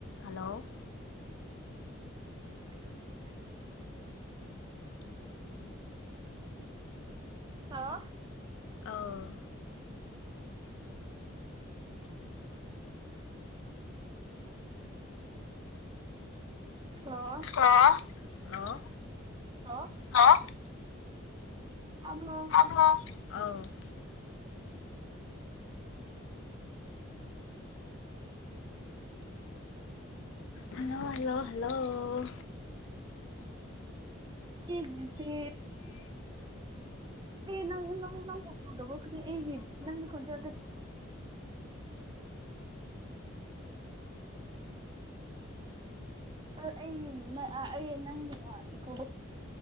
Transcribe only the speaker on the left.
hello
ꯑꯧ
hello
ꯍꯜꯂꯣ
ꯍꯜꯂꯣ ꯎꯝ ꯍꯜꯂꯣ ꯑꯧ ꯍꯜꯂꯣ ꯍꯜꯂꯣ ꯍꯜꯂꯣ